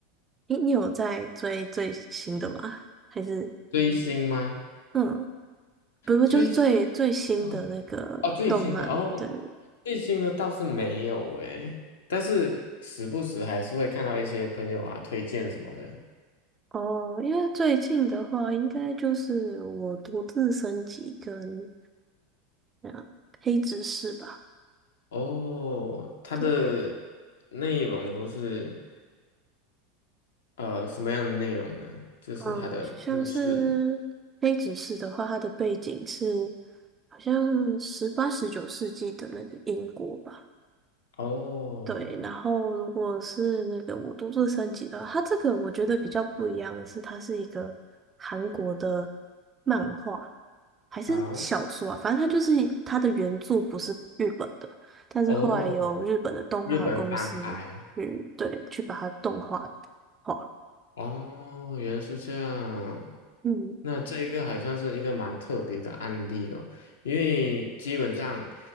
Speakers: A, on the right; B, on the left.
A: 诶，你有在追最新的吗？还是
B: 追星吗？
A: 嗯，不不，
B: 追星
A: 就是最最新的那个动漫，
B: 嗯，哦，最新的哦，
A: 对。
B: 最新的倒是没有诶，但是时不时还是会看到一些朋友啊推荐什么的。
A: 哦，因为最近的话，应该就是我独自升级跟啊黑执事吧。
B: 哦，它的
A: 对，
B: 内容都是呃什么样的内容呢？就是它的故事。
A: 嗯，像是黑执事的话，它的背景是好像十八、十九世纪的那个英国吧。
B: 哦，
A: 对，然后如果是那个我都自升级的话，它这个我觉得比较不一样的是，它是一个韩国的漫画还是小说啊，
B: 好。
A: 反正它就是它的原著不是日本的，但是后来有日本的动画公司
B: 哦，日本翻拍，
A: 去对去把它动画化，
B: 哦，原来是这样。
A: 嗯，
B: 那这一个还算是一个蛮特别的案例哦，因为基本上